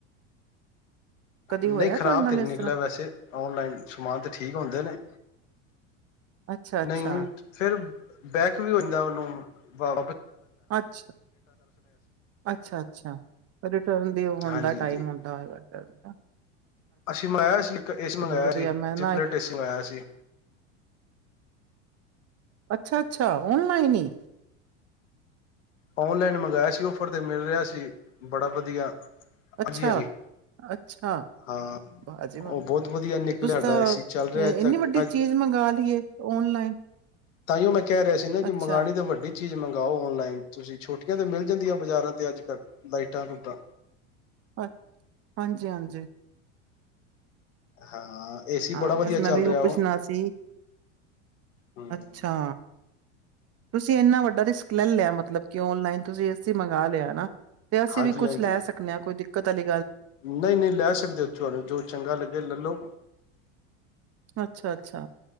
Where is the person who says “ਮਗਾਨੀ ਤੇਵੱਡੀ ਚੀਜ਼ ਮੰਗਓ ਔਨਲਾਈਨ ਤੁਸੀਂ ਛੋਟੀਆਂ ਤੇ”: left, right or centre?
Left